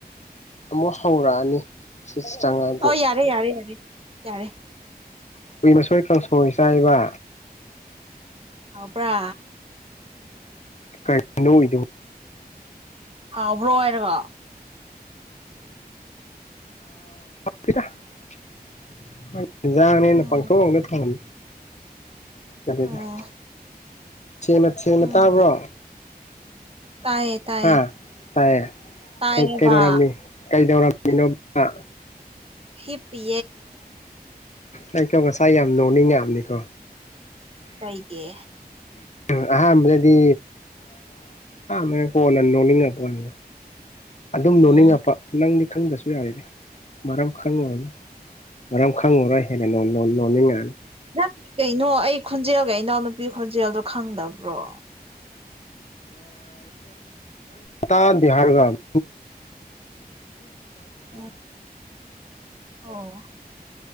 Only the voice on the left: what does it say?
ꯑꯃꯨꯛ ꯍꯧꯔꯛꯑꯅꯤ ꯁꯤ ꯆꯪꯉꯛꯑꯗꯤ
ꯀꯨꯏꯅ ꯁꯣꯏꯀꯪ ꯁ ꯆ ꯍꯥꯏꯕ
ꯀꯔꯤꯅꯣꯗꯣ
<inaudible> ꯦꯟꯖꯥꯡꯅꯤ
ꯅꯨ ꯄꯥꯡꯊꯣꯡꯅ ꯊꯥꯡ ꯆꯂꯗ
ꯅ ꯆꯦꯅ
ꯇꯥꯕ꯭ꯔꯣ
ꯍꯥ ꯇꯥꯏꯌꯦ
ꯀꯩꯗꯧꯔꯝꯃꯤ ꯀꯩꯗꯧꯔꯝꯃꯤꯅꯣꯕ
ꯑꯩꯀꯣ ꯉꯁꯥꯏ ꯌꯥꯝ ꯅꯣꯛꯅꯤꯡ ꯌꯥꯝꯅꯤꯀꯣ
ꯎ ꯑꯍꯥꯟꯕꯗꯗꯤ ꯄꯥꯃꯦ ꯀꯣꯟꯅ ꯅꯣꯡꯅꯤꯡꯉꯛꯄꯅꯦ ꯑꯗꯨꯝ
ꯅꯣꯅꯤꯡꯉꯛꯄ ꯅꯪꯗꯤ ꯈꯪꯗꯁꯨ ꯌꯥꯔꯤꯔꯦ ꯃꯔꯝ ꯈꯪꯉꯨꯔꯅꯨ ꯃꯔꯝ ꯈꯪ ꯑꯣ ꯔꯥꯏ ꯍꯦꯜꯅ ꯅꯣꯅꯤꯡꯉꯥꯟ
ꯗꯤꯔꯒꯝ <inaudible>